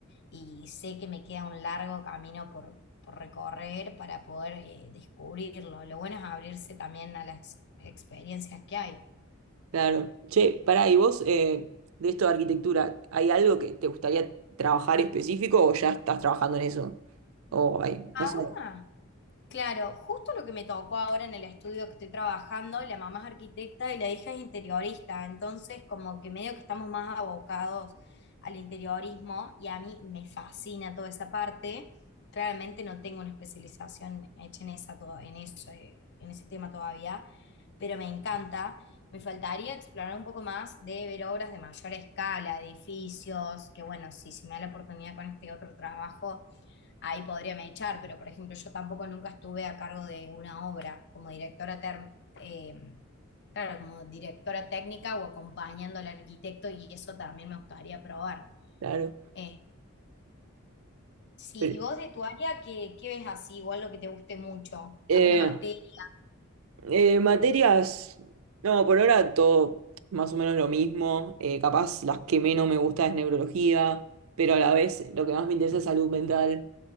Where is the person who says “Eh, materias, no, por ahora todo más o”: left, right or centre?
Right